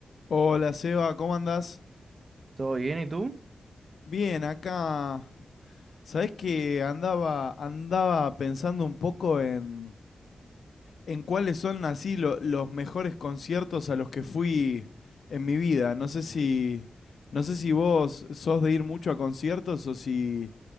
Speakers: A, on the left; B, on the right.
A: Hola Seba, ¿cómo andás?
B: ¿Todo bien? ¿Y tú?
A: Bien, acá. Sabés que andaba, andaba pensando un poco en, en cuáles son así lo- los mejores conciertos a los que fui en mi vida. No sé si, no sé si vos sos de ir mucho a conciertos o si